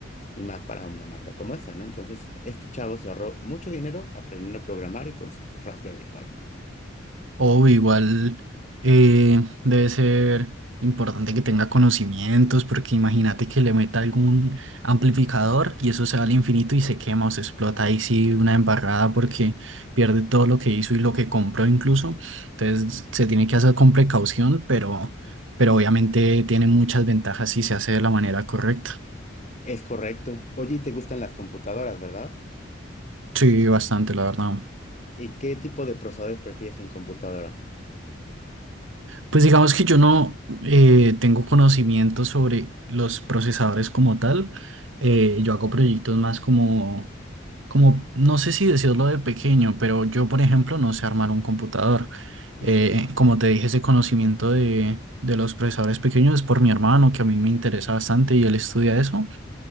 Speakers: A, on the left; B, on the right.
A: y más para una marca como esa, ¿no? Entonces, este chavo se ahorró mucho dinero aprendiendo a programar y con su Raspberry Pi.
B: o igual eh, debe ser importante que tenga conocimientos, porque imagínate que le meta algún amplificador y eso se va al infinito y se quema o se explota ahí sí una embarrada porque pierde todo lo que hizo y lo que compró incluso. Entonces se tiene que hacer con precaución, pero, pero obviamente tiene muchas ventajas si se hace de la manera correcta.
A: Es correcto. Oye, y te gustan las computadoras, ¿verdad?
B: Sí, bastante, la verdad.
A: ¿Y qué tipo de procesadores prefieres en computadora?
B: Pues digamos que yo no eh, tengo conocimiento sobre los procesadores como tal. Eh, yo hago proyectos más como, como, no sé si decirlo de pequeño, pero yo, por ejemplo, no sé armar un computador.
A: Mm.
B: Eh, como te dije, ese conocimiento de, de los procesadores pequeños es por mi hermano, que a mí me interesa bastante y él estudia eso,